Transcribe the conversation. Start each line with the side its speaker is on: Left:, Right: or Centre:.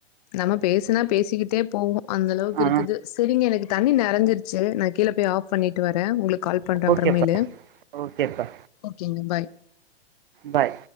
Left: நம்ம பேசனா பேசிக்கிட்டே போவோ அந்த அளவுக்கு
Right: ஆ
Left: இருக்குது செரிங்க எனக்கு தண்ணி நெறச்சிருச்சு நா கீழே போய் ஆஃப் பண்ணிட்டு வரே உங்ளுக் கால் பண்ற அப்பறமேலு
Right: ஓகேப்பா ஓகேப்பா
Left: ஓகேங்க பாய்
Right: பாய்